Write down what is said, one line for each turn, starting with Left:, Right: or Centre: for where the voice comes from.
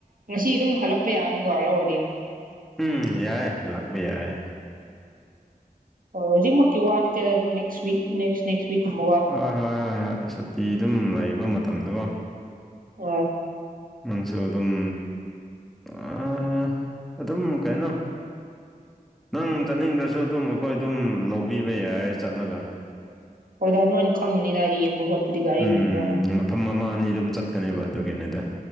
Right: ꯉꯁꯤ ꯑꯗꯨꯝ ꯍꯜꯂꯛꯄ ꯌꯥꯔꯅꯤꯀꯣ ꯂꯧꯔꯗꯤ
Centre: ꯎꯝ ꯌꯥꯏ ꯍꯜꯂꯥꯛꯄꯥ ꯌꯥꯏ
Right: ꯍꯧꯖꯤꯛꯃꯛꯀꯤ ꯋꯥ ꯅꯠꯇꯦꯗ ꯑꯗꯨꯝ ꯅꯦꯛꯁ ꯌꯤꯛ ꯅꯦꯛꯁ ꯅꯦꯛꯁ ꯋꯤꯛꯀꯨꯝꯕ ꯀꯣ
Centre: ꯍꯣꯏ ꯍꯣꯏ ꯍꯣꯏ ꯍꯣꯏ ꯁꯨꯇꯤ ꯑꯗꯨꯝ ꯂꯩꯕ ꯃꯇꯝꯗꯀꯣ
Right: ꯑꯣ
Centre: ꯅꯪꯁꯨ ꯑꯗꯨꯝ ꯑꯥ ꯑꯗꯨꯝ ꯀꯩꯅꯣ ꯅꯪ ꯆꯠꯅꯤꯡꯗ꯭ꯔꯁꯨ ꯑꯗꯨꯝ ꯑꯩꯈꯣꯏ ꯑꯗꯨꯝ ꯂꯧꯕꯤꯕ ꯌꯥꯏ ꯆꯠꯂꯒ
Right: ꯍꯣꯢꯗꯥ ꯅꯧꯅꯥ ꯈꯪꯉꯅꯤꯗꯥ ꯌꯦꯡꯕ ꯈꯣꯠꯄꯗꯤ ꯒꯥꯔꯤꯒꯨꯝꯕꯗꯤꯀꯣ
Centre: ꯎꯝ ꯃꯐꯝ ꯑꯃ ꯑꯅꯤ ꯑꯗꯨꯝ ꯆꯠꯀꯅꯦꯕ ꯑꯗꯨꯒꯤꯅꯤꯗ